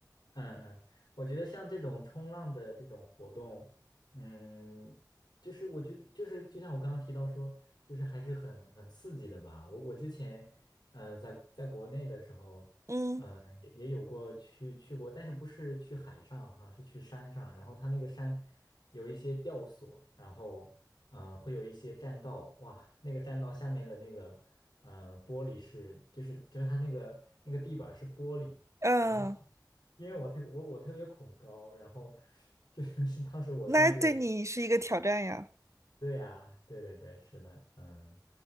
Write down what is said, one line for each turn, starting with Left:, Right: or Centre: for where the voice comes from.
Left: 嗯嗯，我觉得像这种冲浪的这种活动，嗯，就是我觉得就是就像我刚刚提到说，就是还是很很刺激的吧。我我之前，呃，在在国内的时候，
Right: 嗯
Left: 也也有过去去过，但是不是去海上哈，是去山上。然后它那个山有一些吊索，然后呃会有一些栈道，哇，那个栈道下面的那个呃玻璃是就是就是它那个那个地板是玻璃，
Right: 嗯，
Left: 然后 <laughs> 因为我特我我特别恐高，然后 <laughs> 就是当时我上去的。
Right: 那对你是一个挑战呀。
Left: 对呀，对对对，是的，嗯，